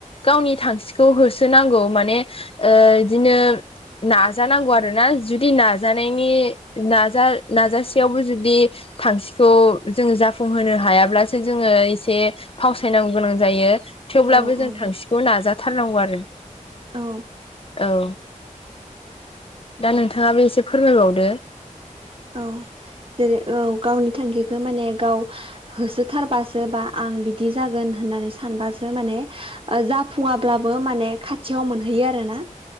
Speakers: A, on the left (about 45°); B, on the right (about 40°).
A: गावनि थांखिखौ होसोनांगौ माने ओ इदिनो नाजानांगौ आरो। आरो ना जुदि नाजानायनि नाजा- नाजासेयावबो जुदि थांखिखौ जोङो जाफुंहोनो हायाब्लासो जोङो एसे फावसायनांगौ गोनां जायो थेवब्लाबो
B: औ औ
A: जों थांखिखौ नाजाथारनांगौ आरो।
B: औ
A: औ दा नोंथाङाबो एसे फोरमायबावदो।
B: औ जेरै औ गावनि थांखिखौ माने गाव होसोथारबासो बा आं बिदि जागोन होननानै सानबासो माने ओ जाफुङाब्लाबो माने खाथियाव मोनहैयो आरो ना।